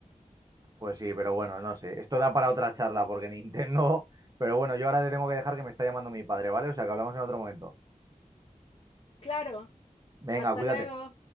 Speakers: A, on the right; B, on the left.
A: Pues sí, pero bueno, no sé. Esto da para otra charla porque <laughs> Nintendo... Pero bueno, yo ahora te tengo que dejar que me está llamando mi padre, ¿vale? O sea que hablamos en otro momento.
B: Claro,
A: Venga,
B: hasta
A: cuídate.
B: luego.